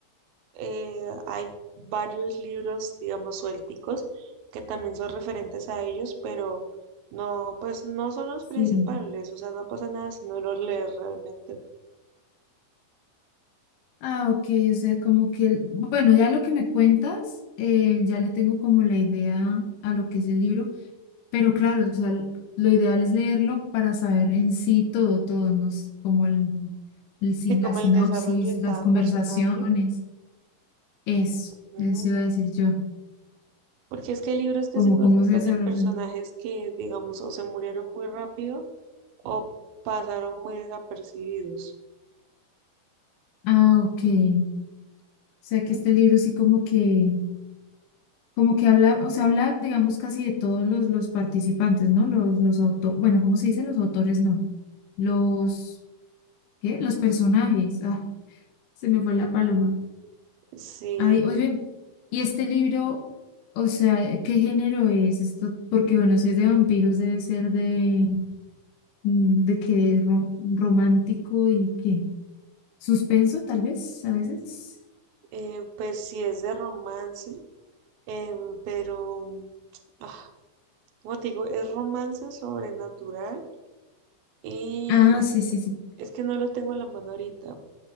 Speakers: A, on the right (about 80°); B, on the left (about 65°).
A: eh, hay varios libros, digamos, suélticos que también son referentes a ellos, pero no, pues no son los
B: Sí.
A: principales, o sea, no pasa nada si no los lees realmente.
B: Ah, ok, o sea, como que, el- bueno, ya lo que me cuentas, eh, ya le tengo como la idea a lo que es el libro, pero claro, o sea, l- lo ideal es leerlo para saber en sí todo, todo, ¿no? S- Como el, el sin-
A: Y como
B: la sinopsis,
A: el desarrollo de
B: las
A: cada
B: conversaciones,
A: personaje,
B: eso,
A: ujú,
B: eso iba a decir yo,
A: porque es que hay libros que
B: como
A: se concentran
B: cómo se desarrolla.
A: en personajes que, digamos, o se murieron muy rápido o pasaron muy desapercibidos.
B: Ah, ok. O sea que
A: ¿Mm?
B: este libro sí como que Como que habla, o sea, habla, digamos, casi de todos los, los participantes, ¿no? Los, los autores, bueno, ¿cómo se dice? Los autores, no. Los, ¿qué? Los personajes. Ah, se me fue la paloma.
A: Sí,
B: Ay, oye, ¿y este libro, o sea, eh, qué género es esto? Porque, bueno, si es de vampiros, debe ser de, mm, de qué, ro- romántico y qué. Suspenso, tal vez, a veces.
A: eh, pues sí es de romance, em, pero... <tsk> ah, Como te digo, es romance sobrenatural y
B: Ah,
A: es
B: sí,
A: que,
B: sí, sí.
A: es que no lo tengo en la mano ahorita,